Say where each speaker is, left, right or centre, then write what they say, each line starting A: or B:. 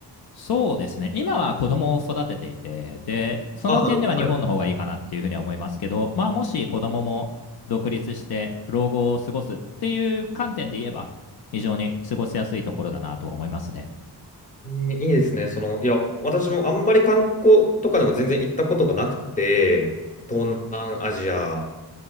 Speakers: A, on the left; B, on the left.
A: そうですね。今は子供を育てていて、で、その点では日本の方がいいかなっていうふうには思いますけど、
B: ああ、なるほど。はい。
A: まあもし子供も独立して老後を過ごすっていう観点で言えば、非常に過ごしやすいところだなとは思いますね。
B: えーいいですね。その、いや、私もあんまり観光とかでも全然行ったことがなくて、東南アジア、